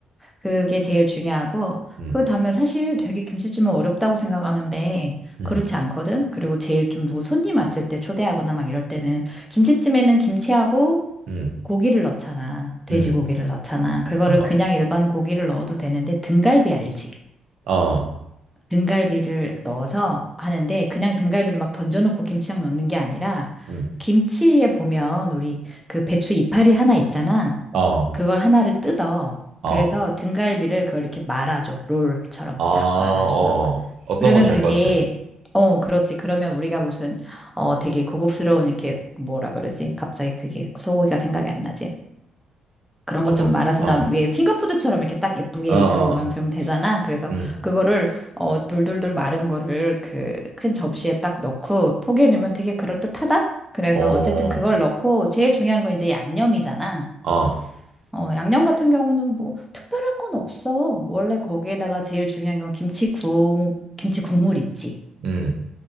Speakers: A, in the centre; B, on the right.
A: 그게 제일 중요하고
B: 음.
A: 그 다음에 사실 되게 김치찜은 어렵다고 생각하는데
B: 음.
A: 그렇지 않거든. 그리고 제일 좀 누구 손님 왔을 때 초대하거나 막 이럴 때는 김치찜에는 김치하고
B: 음.
A: 고기를 넣잖아. 돼지고기를
B: 음.
A: 넣잖아. 그거를
B: 어.
A: 그냥 일반 고기를 넣어도 되는데 등갈비 알지?
B: 어.
A: 등갈비를 넣어서 하는데 그냥 등갈비를 막 던져놓고 김치장 넣는 게 아니라
B: 음.
A: 김치에 보면 우리 그 배추 이파리 하나 있잖아.
B: 어.
A: 그걸 하나를 뜯어.
B: 어.
A: 그래서 등갈비를 그걸 이렇게 말아줘. 롤처럼
B: 아, 어.
A: 딱 말아주는 거야.
B: 어떤
A: 그러면
B: 건지
A: 그게
B: 알 것 같아.
A: 어, 그렇지. 그러면 우리가 무슨 어 되게 고급스러운 이렇게 뭐라 그러지? 갑자기 그게 소고기가 생각이 안 나지. 그런
B: 어떤?
A: 것 좀 말아서
B: 어,
A: 나온 위에 핑거푸드처럼 이렇게 딱 예쁘게
B: 어, 어,
A: 그런 모양처럼 되잖아. 그래서
B: 음,
A: 그거를 어 돌돌돌 마른 거를 그 큰 접시에 딱 넣고 포기해 놓으면 되게 그럴듯하다. 그래서
B: 어,
A: 어쨌든 그걸 넣고 제일 중요한 건 이제 양념이잖아.
B: 아,
A: 어 양념 같은 경우는 뭐 특별한 건 없어. 원래 거기에다가 제일 중요한 건 김치 국 김치 국물 있지.
B: 음,